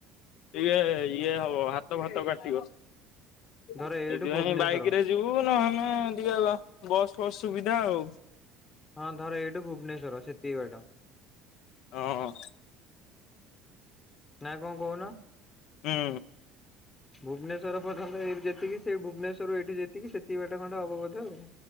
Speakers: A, on the left (about 70°); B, on the left (about 25°).
A: ଟିକେ ଏ ଇଏ ହବ ହାତ ଫାତ କାଟିବ।
B: ଧର
A: ସେଥିପାଇଁ
B: ଏଇଠୁ ଭୁବନେଶ୍ଵର
A: ବାଇକ ରେ ଯିବୁ ନାହେନେ ଟିକେ ବସ୍ ଫସ୍ ସୁବିଧା ଆଉ।
B: ହଁ ଧର ଏଇଠୁ ଭୁବନେସ୍ୱର ସେତିକି ବାଟ।
A: ହଁଁ।
B: ନା କଣ କହୁନ?
A: ହୁଁ
B: ଭୁବନେଶ୍ଵର ପର୍ଯ୍ୟନ୍ତ ଯେତିକି ସେ ଭୁବନେଶ୍ୱରରୁ ଏଇଠି ଯେତିକି ସେତିକି ବାଟା ଖଣ୍ଡେ ହବ ବୋଧ ଆଉ।